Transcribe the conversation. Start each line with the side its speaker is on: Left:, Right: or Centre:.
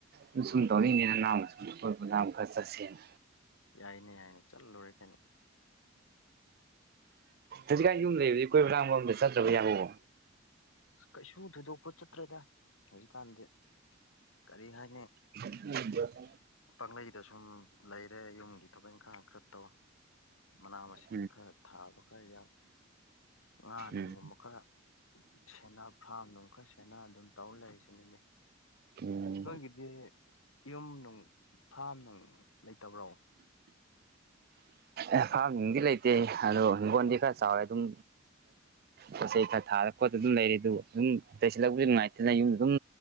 Right: ꯂꯧꯁꯤꯟꯕ
Left: ꯎꯝ
Right: ꯉꯝꯗꯕ ꯀꯣꯏꯕ ꯂꯥꯡꯕ ꯈꯔ ꯆꯠꯁꯦꯅ
Left: ꯌꯥꯏꯅꯦ ꯌꯥꯏꯅꯦ ꯆꯠꯂ ꯂꯣꯏꯔꯦ ꯀꯩꯅꯣ
Right: ꯍꯧꯖꯤꯛꯀꯥꯟ ꯌꯨꯝ ꯂꯩꯕꯗꯩ ꯀꯣꯏꯕ ꯂꯥꯡꯕ ꯑꯝꯇ ꯆꯠꯇ꯭ꯔꯕꯣ ꯏꯌꯥꯝꯕꯕꯣ
Left: ꯀꯩꯁꯨ ꯊꯣꯏꯗꯣꯛꯄ ꯆꯠꯇ꯭ꯔꯦꯗ ꯍꯧꯖꯤꯛꯀꯥꯟꯗꯤ ꯀꯔꯤ ꯍꯥꯏꯅꯤ
Right: ꯂꯧꯁꯤꯟꯕ ꯉꯝꯗꯕ
Left: ꯄꯪꯂꯩꯩꯗ ꯁꯨꯝ ꯂꯩꯔꯦ ꯌꯨꯝꯒꯤ ꯊꯕꯛ ꯏꯪꯈꯥꯡ ꯈꯔ ꯇꯧ ꯃꯅꯥ ꯃꯁꯤꯡ
Right: ꯎꯝ
Left: ꯈꯔ ꯊꯥꯕ ꯈꯔ ꯌꯥꯎ ꯉꯥ ꯅꯨꯡꯒꯨꯝꯕ
Right: ꯎꯝ
Left: ꯈꯔ ꯁꯦꯟꯅ ꯐ꯭ꯔꯥꯝ ꯅꯨꯡ ꯈꯔ ꯁꯦꯟꯅ ꯑꯗꯨꯝ ꯇꯧ ꯂꯩꯔꯤꯁꯤꯅꯤꯅꯦ
Right: ꯎꯝ
Left: ꯅꯣꯏꯒꯤꯗꯤ ꯌꯨꯝ ꯅꯨꯡ ꯐꯥꯝ ꯅꯨꯡ ꯂꯩꯇꯕ꯭ꯔꯣ
Right: ꯑꯦ ꯐꯥꯝ ꯅꯨꯡꯗꯤ ꯂꯩꯇꯦ ꯑꯗꯣ ꯍꯤꯡꯒꯣꯜꯗꯤ ꯈꯔ ꯆꯥꯎꯋꯦ ꯑꯗꯨꯝ ꯄꯣꯠ ꯆꯩ ꯈꯔ ꯊꯥꯔ ꯈꯣꯠꯄ ꯑꯗꯨꯝ ꯂꯩꯔꯦ ꯑꯗꯨꯒ ꯑꯗꯨꯝ ꯇꯩꯁꯤꯜꯂꯛꯄꯁꯨ ꯅꯨꯡꯉꯥꯏꯇꯅ ꯌꯨꯝꯗ ꯑꯗꯨꯝ